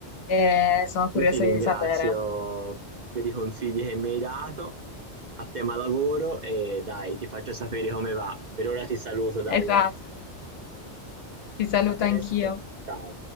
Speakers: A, on the left (about 65°); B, on the right (about 45°).
A: eh, sono curiosa
B: Io ti ringrazio
A: di sapere.
B: per i consigli che mi hai dato a tema lavoro e dai, ti faccio sapere come va. Per ora ti saluto, Dalila.
A: Esatto. Ti saluto
B: A presto.
A: anch'io.
B: Ciao.